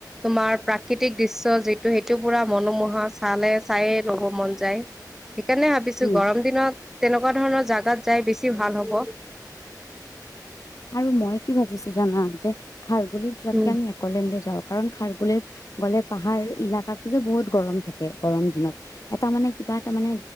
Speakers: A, in the centre; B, on the left.
A: তোমাৰ প্ৰাকৃতিক দৃশ্য যিটো সেইটো পুৰা মনোমোহা চালে চায়ে ৰব মন যায়। সেইকাৰণে ভাবিছো
B: উম
A: গৰম দিনত তেনেকুৱা ধৰণৰ জাগাত যাই বেছি ভাল হ'ব।
B: আৰু মই কি ভাবিছো জানাম যে খাৰগুলি যোৱাতকে
A: উম
B: আমি আকলেণ্ড। যাওঁ কাৰণ খাৰগলিত গ'লে পাহাৰ এলেকাতটো যে বহুত গৰম থাকে গৰম দিনত এটা মানে। কিবা এটা মানে